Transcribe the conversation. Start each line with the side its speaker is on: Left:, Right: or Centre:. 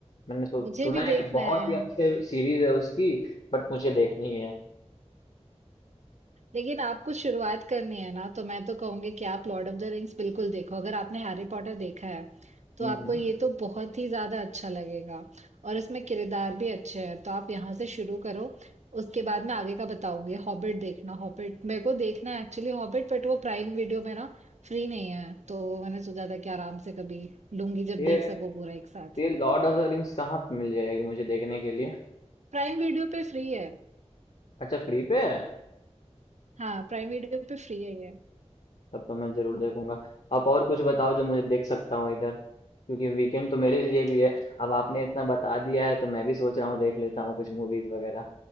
Left: मैंने सो-
Right: मुझे
Left: सुना
Right: भी देखना
Left: है कि बहुत
Right: है
Left: ही अच्छे सीरीज है उसकी बट मुझे देखनी है
Right: लेकिन आपको शुरुआत करनी है ना तो मैं तो कहूँगी कि आप लॉर्ड ऑफ द रिंग्स बिल्कुल देखो अगर आपने हैरी पॉटर देखा है
Left: हम्म
Right: तो आपको
Left: हम्म।
Right: ये तो बहुत ही ज्यादा अच्छा लगेगा और इसमें किरदार भी अच्छे हैं तो आप यहाँ से शुरू करो उसके बाद मैं आगे का बताऊंगी हॉबिट देखना हॉबिट मेरे को देखना है एक्चुअली हॉबिट बट वो प्राइम वीडियो में ना फ्री नहीं है तो मैंने सोचा था कि आराम से कभी लूंगी जब
Left: ये
Right: देख सको पूरा एक साथ
Left: ये लॉर्ड ऑफ द रिंग्स कहाँ पे मिल जाएगी मुझे देखने के लिए
Right: प्राइम वीडियो पे फ्री है
Left: अच्छा फ्री पे है
Right: हाँ प्राइम वीडियो पे फ्री है ये
Left: तब तो मैं जरूर देखूंगा आप और कुछ बताओ जो मुझे देख सकता हूँ इधर क्योंकि वीकेंड तो मेरे लिए भी है अब आपने इतना बता दिया है तो मैं भी सोच रहा हूँ देख लेता हूँ कुछ मूवीज वगैरह